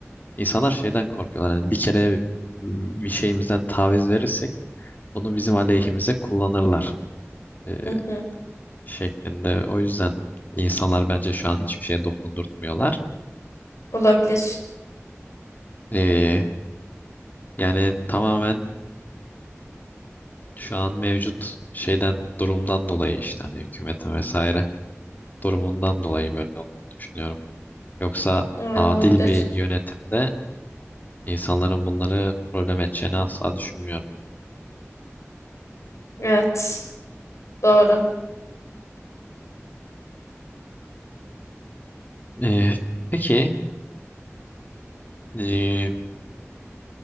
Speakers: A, on the left; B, on the left.
A: İnsanlar şeyden korkuyorlar. Yani bir kere m, bir şeyimizden taviz verirsek bunu bizim aleyhimize kullanırlar e,
B: hı hı.
A: şeklinde. O yüzden insanlar bence şu an hiçbir şeye dokundurtmuyorlar.
B: Olabilir.
A: E, yani tamamen şu an mevcut şeyden durumdan dolayı işte hani hükümetin vesaire durumundan dolayı böyle olduğunu düşünüyorum. Yoksa
B: Evet,
A: adil
B: olabilir.
A: bir yönetimde insanların bunları problem edeceğini asla düşünmüyorum.
B: Evet, doğru.
A: E, peki e,